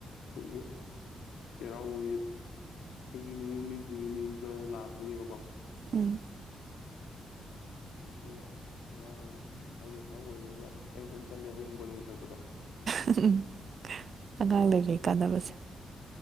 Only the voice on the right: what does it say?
ꯎꯝ
ꯑꯪ ꯑꯝ ꯍꯝ ꯑꯉꯥꯡ ꯂꯩꯕꯒꯤ ꯀꯩ ꯀꯥꯟꯗꯅꯕꯁꯦ꯫